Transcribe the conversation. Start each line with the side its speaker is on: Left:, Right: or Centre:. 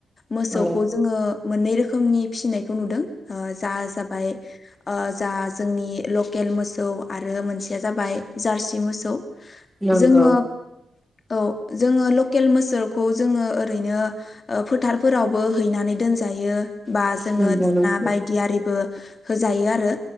Left: मोसौखौ
Centre: औ
Left: जोङो मोननै रोखोमनि फिसिनायखौ नुदों। ओ जा-जाबाय ओ जा जोंनि लकेल मोसौ आरो मोनसेया जाबाय जार्सि मोसौ।
Centre: नोंगौ
Left: जोङो औ जोङो लकेल मोसौखौ जोङो ओरैनो ओ फोथारफोरावबो हैनानै दोनजायो। बा जोङो
Centre: नंगौ
Left: दाना
Centre: नोंथां
Left: बायदि आरिबो होजायो आरो।